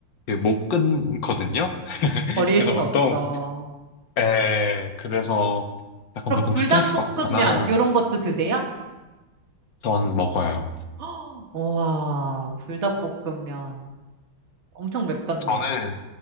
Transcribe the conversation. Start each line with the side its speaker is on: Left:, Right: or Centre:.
Left: 못 끊거든요. <laughs>
Right: 버릴
Left: 그래서
Right: 수
Left: 보통
Right: 없죠.
Left: 에 그래서 약간
Right: 그럼
Left: 보통
Right: 불닭볶음면
Left: 스트레스 받거나
Right: 요런 것도 드세요?
Left: 전 먹어요.
Right: <gasps> 와, 불닭볶음면 엄청 맵던데.
Left: 저는